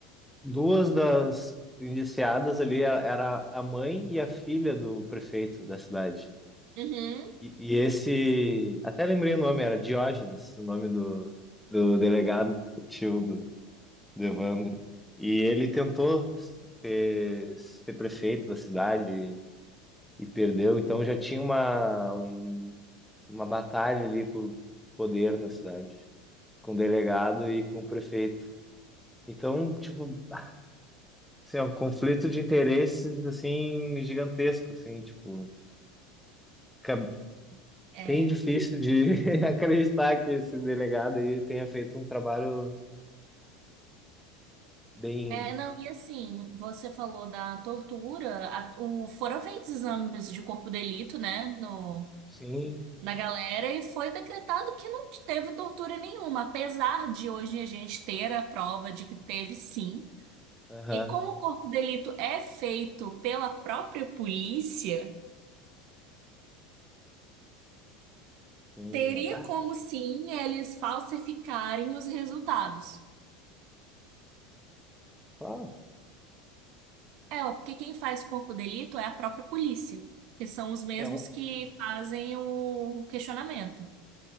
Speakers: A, in the centre; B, on the right (about 55°).
A: duas das indiciadas ali a- era a mãe e a filha do prefeito da cidade.
B: Uhum.
A: E, e esse, até lembrei o nome, era Diógenes, o nome do, do delegado, o tio do, Devandro. E ele tentou ser, ser prefeito da cidade e perdeu, então já tinha uma, um- uma batalha ali por poder na cidade, com o delegado e com o prefeito. Então, tipo, ah, assim, ó, conflito de interesses, assim, gigantesco, assim, tipo, fica
B: É.
A: bem difícil de <laughs> acreditar que esse delegado aí tenha feito um trabalho bem,
B: É, não, e assim, você falou da tortura, a- o, foram feitos exames de corpo de delito, né, no,
A: sim,
B: na galera, e foi decretado que não teve tortura nenhuma, apesar de hoje a gente ter a prova de que teve sim.
A: aham,
B: E como o corpo de delito é feito pela própria polícia,
A: sim,
B: teria
A: é, bah,
B: como sim eles falsificarem os resultados.
A: claro,
B: É, ó, porque quem faz corpo de delito é a própria polícia, que são os mesmos
A: É um,
B: que fazem o questionamento.